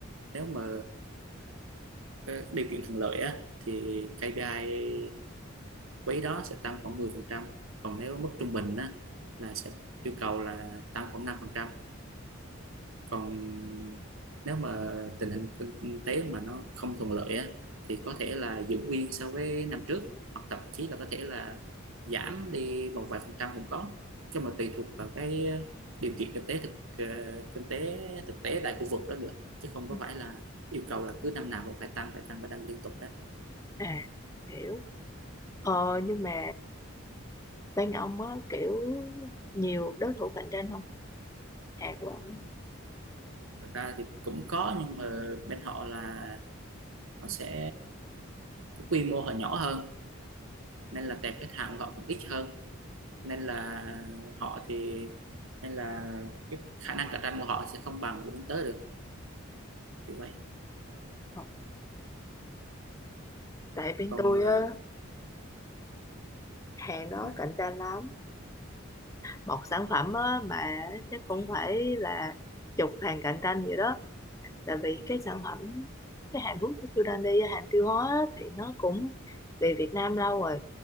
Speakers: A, on the right; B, on the left.
A: nếu mà cái điều kiện thuận lợi á thì KPI quý đó sẽ tăng khoảng 10% còn nếu mức trung bình á là sẽ yêu cầu là tăng khoảng 5% còn nếu mà tình hình kinh tế mà nó không thuận lợi á thì có thể là giữ nguyên so với năm trước hoặc thậm chí là có thể là giảm đi một vài phần trăm cũng có chứ mà tùy thuộc vào cái ờ, điều kiện kinh tế thực ờ, kinh tế thực tế tại khu vực đó nữa chứ không
B: Ừ.
A: có phải là yêu cầu là cứ năm nào cũng phải tăng phải tăng phải tăng liên tục hết
B: à hiểu Ờ nhưng mà bên ông á kiểu nhiều đối thủ cạnh tranh không hàng của ông á?
A: thật ra thì cũng có nhưng mà bên họ là họ sẽ cái quy mô họ nhỏ hơn nên là tệp khách hàng của họ cũng ít hơn nên là họ thì nên là cái khả năng cạnh tranh của họ sẽ không bằng của bên tớ được kiểu vậy
B: không. tại bên
A: còn
B: tôi
A: ờ,
B: á hàng đó
A: nói
B: cạnh tranh lắm một sản phẩm á mà chắc cũng phải là chục hàng cạnh tranh vậy đó tại vì cái sản phẩm cái hàng thuốc của tôi đang đi hàng tiêu hóa á, thì nó cũng về Việt Nam lâu rồi